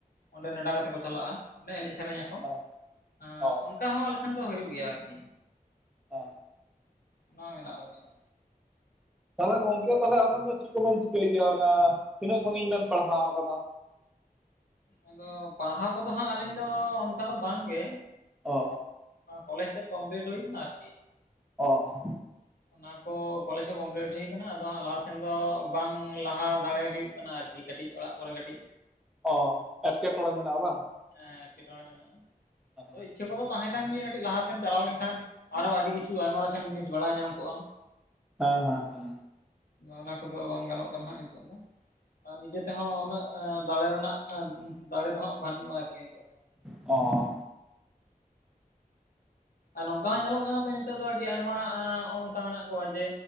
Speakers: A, on the left (about 80°); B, in the centre.
A: ᱚᱸᱰᱮ ᱱᱮᱰᱟ ᱠᱟᱛᱮ ᱠᱚ ᱪᱟᱞᱟᱜᱼᱟ ᱚᱸᱰᱮ ᱮᱱᱮᱡ ᱥᱮᱨᱮᱧᱟ ᱠᱚ
B: ᱦᱮᱸ
A: ᱟᱸ
B: ᱚ
A: ᱚᱱᱠᱟ ᱦᱚᱸ ᱟᱞᱮ ᱥᱮᱱ ᱫᱚ ᱦᱩᱭᱩᱜ ᱜᱮᱭᱟ ᱟᱨᱠᱤ।
B: ᱚ
A: ᱚᱱᱟ ᱢᱮᱱᱟᱜᱼᱟ ᱟᱞᱮᱥᱮᱱ।
B: ᱛᱟᱞᱦᱮ ᱜᱚᱝᱠᱮ ᱛᱟᱞᱦᱮ ᱟᱵᱮᱱ ᱫᱚ ᱪᱤᱜ ᱠᱚᱵᱮᱱ ᱪᱤᱠᱟᱹᱭ ᱜᱮᱭᱟ ᱚᱱᱟ ᱛᱤᱱᱟᱹᱜ ᱥᱟᱹᱜᱤᱧ ᱵᱮᱱ ᱯᱟᱲᱦᱟᱣ ᱟᱠᱟᱫᱟ?
A: ᱟᱫᱚ ᱯᱟᱲᱦᱟᱣ ᱠᱚᱫᱚ ᱦᱟᱸᱜ ᱟᱹᱞᱤᱧ ᱫᱚ ᱚᱱᱠᱟ ᱫᱚ ᱵᱟᱝᱜᱮ
B: ᱚ
A: ᱠᱚᱞᱡᱽ ᱛᱮᱫ ᱠᱚᱢᱯᱞᱤᱴ ᱦᱩᱭ ᱠᱟᱱᱟ ᱟᱨᱠᱤ।
B: ᱚ ᱚ।
A: ᱚᱱᱟ ᱠᱚ ᱠᱚᱞᱮᱡᱽ ᱠᱚ ᱠᱚᱢᱯᱞᱤᱴ ᱦᱩᱭ ᱟᱠᱟᱱᱟ ᱟᱫᱚ ᱦᱟᱸᱜ ᱞᱟᱦᱟ ᱥᱮᱱ ᱫᱚ ᱵᱟᱝ ᱞᱟᱦᱟ ᱫᱟᱲᱮ ᱦᱩᱭᱩᱜ ᱠᱟᱱᱟ ᱟᱨᱠᱤ ᱠᱤ ᱠᱟᱹᱴᱤᱡ ᱚᱲᱟᱜ ᱠᱚᱨᱮ ᱠᱟᱹᱴᱤᱡ
B: ᱚ ᱮᱴᱠᱮᱴᱚᱲᱮ ᱢᱮᱱᱟᱜᱼᱟ ᱵᱟᱝ?
A: ᱦᱮᱸ ᱮᱴᱠᱮᱴᱚᱲᱮ ᱢᱮᱱᱟᱜᱼᱟ
B: ᱦᱮᱸ
A: ᱳᱭ ᱤᱪᱪᱷᱟᱹ ᱠᱚᱫᱚ ᱛᱟᱦᱮᱸᱼᱼ ᱠᱟᱱ ᱜᱮᱭᱟ ᱠᱟᱹᱴᱤᱡ ᱞᱟᱦᱟ ᱥᱮᱱ ᱪᱟᱞᱟᱣ ᱞᱮᱱᱠᱷᱟᱱ ᱟᱨᱦᱚ ᱟᱹᱰᱤ ᱠᱤᱪᱷᱩ ᱟᱭᱢᱟ ᱞᱮᱠᱟᱱ ᱡᱤᱱᱤᱥ ᱵᱟᱲᱟᱭ ᱧᱟᱢ ᱠᱚᱜᱼᱟ᱾
B: ᱦᱮᱸ ᱦᱮᱸ ᱦᱮᱸ।
A: ᱚᱱᱟ ᱠᱚᱫᱚ ᱵᱟᱝ ᱜᱟᱱᱚᱜ ᱠᱟᱱᱟ ᱦᱟᱸᱜ ᱱᱤᱛᱳᱜ ᱫᱚ ᱟᱨ ᱱᱤᱡᱮ ᱛᱮᱦᱚᱸ ᱩᱱᱟᱹᱜ ᱮᱸ ᱫᱟᱲᱮ ᱨᱮᱱᱟᱜ ᱮ ᱫᱟᱲᱮ ᱫᱚ ᱦᱟᱸᱜ ᱵᱟᱹᱱᱩᱜᱼᱟ ᱟᱨᱠᱤ। ᱫᱚ
B: ᱚ
A: ᱟᱨ ᱱᱚᱝᱠᱟ ᱦᱚᱸ ᱧᱮᱞᱚᱜ ᱠᱟᱱᱟ ᱛᱚ ᱱᱤᱛᱚᱜ ᱫᱚ ᱟᱹᱰᱤ ᱟᱭᱢᱟ ᱱᱚᱜᱼᱚ ᱱᱚᱝᱠᱟ ᱢᱮᱱᱟᱜ ᱠᱚᱣᱟ ᱡᱮ